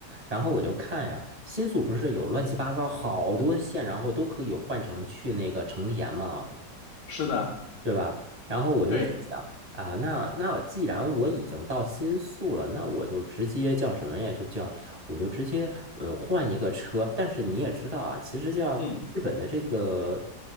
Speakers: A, on the right; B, on the left.
A: 然后我就看呀，新宿不是有乱七八糟好多线，然后都可以换成去那个成田吗？
B: 是的，
A: 对吧？然后我就是想啊，
B: 对。
A: 那那既然我已经到新宿了，那我就直接叫什么呀？就叫我就直接呃换一个车。但是你也知道啊，其实叫日本的这个
B: 嗯